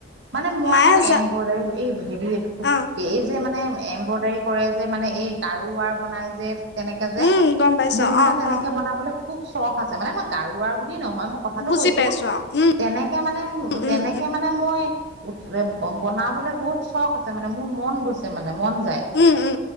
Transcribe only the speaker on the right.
মানে মই
মানে
এম্বৰ্ডাৰ, এই হেৰি এই।
যে মানে এম্ব্ৰইডাৰী কৰে যে মানে এই গাৰু ৰ বনাই যে। তেনেকে যে,
মোৰ মানে
তেনেকে
বনাবলৈ খুব চখ আছে মানে মই গাৰুৱাৰ বোৰ। নহয় মই কথাটো
কৈছো,
তেনেকে মানে
তেনেকে
মানে মই। উঠ বনাবলে বহুত চখ আছে মানে মোৰ মন গৈছে মানে। মন যায়,